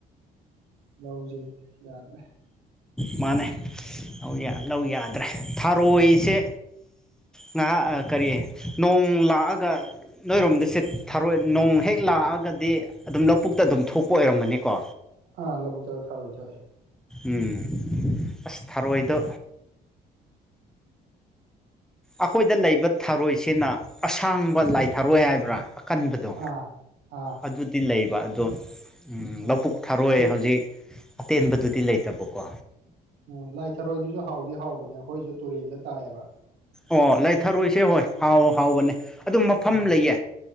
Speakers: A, on the right; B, in the centre.
A: ꯂꯧꯖꯦ ꯌꯥꯗꯔꯦ
B: ꯃꯥꯅꯦ ꯂꯧ ꯂꯧ ꯌꯥꯗ꯭ꯔꯦ ꯊꯔꯣꯏꯁꯦ ꯉꯥꯍꯥꯛ ꯀꯔꯤ ꯅꯣꯡ ꯂꯥꯛꯑꯒ ꯅꯣꯏꯔꯣꯝꯗꯤꯁꯦ ꯊꯔꯣꯏ ꯅꯣꯡ ꯍꯦꯛ ꯂꯥꯛꯑꯒꯗꯤ ꯑꯗꯨꯝ ꯂꯧꯕꯨꯛꯇ ꯑꯗꯨꯝ ꯊꯣꯛꯄ ꯑꯣꯏꯔꯝꯒꯅꯤꯀꯣ꯫
A: ꯑꯥ ꯂꯧꯕꯨꯛꯇ ꯊꯥꯔꯣꯏ ꯊꯣꯛꯑꯦ꯫
B: ꯎꯝ ꯑꯁ ꯊꯥꯔꯣꯏꯗꯣ ꯑꯈꯣꯏꯗ ꯂꯩꯕ ꯊꯥꯔꯣꯏꯁꯤꯅ ꯑꯁꯥꯡꯕ ꯂꯥꯏ ꯊꯥꯔꯣꯏ ꯍꯥꯏꯕ꯭ꯔꯥ ꯀꯟꯕꯗꯣ
A: ꯑꯥ ꯑꯥ
B: ꯑꯗꯨꯗꯤ ꯂꯩꯕ ꯑꯗꯣ ꯎꯝ
A: ꯑꯣ
B: ꯂꯧꯕꯨꯛ ꯊꯥꯔꯣꯏ
A: ꯑꯗꯨ
B: ꯍꯧꯖꯤꯛ ꯑꯇꯦꯟꯕꯗꯨꯗꯤ ꯂꯩꯇꯕꯀꯣ
A: ꯑꯣ ꯂꯥꯏ ꯊꯔꯣꯏꯗꯨꯁꯨ ꯍꯥꯎꯗꯤ ꯍꯥꯎꯕꯅꯦ ꯑꯩꯈꯣꯏꯁꯨ ꯇꯨꯔꯦꯟꯗ ꯇꯥꯏꯕ
B: ꯑꯣ ꯂꯥꯏꯊꯔꯣꯏꯁꯦ ꯍꯣꯏ ꯍꯥꯎ ꯍꯥꯎꯕꯅꯦ ꯑꯗꯨ ꯃꯐꯝ
A: ꯑꯥ
B: ꯂꯩꯌꯦ